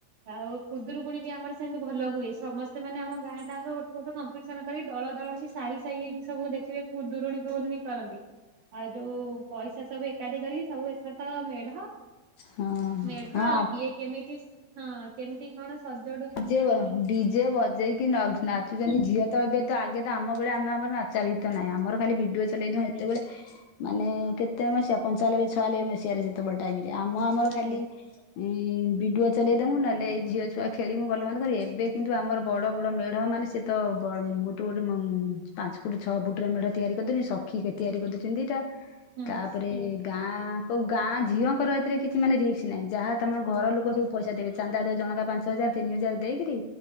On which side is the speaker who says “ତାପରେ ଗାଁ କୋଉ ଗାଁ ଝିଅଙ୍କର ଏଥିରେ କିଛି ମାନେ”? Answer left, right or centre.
Left